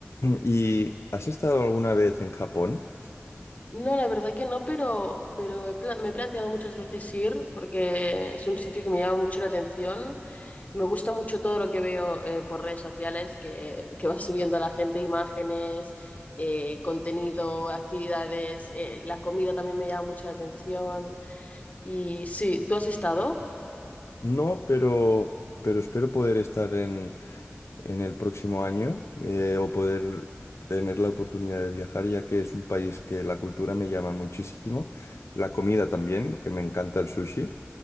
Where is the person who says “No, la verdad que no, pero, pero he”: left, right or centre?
Left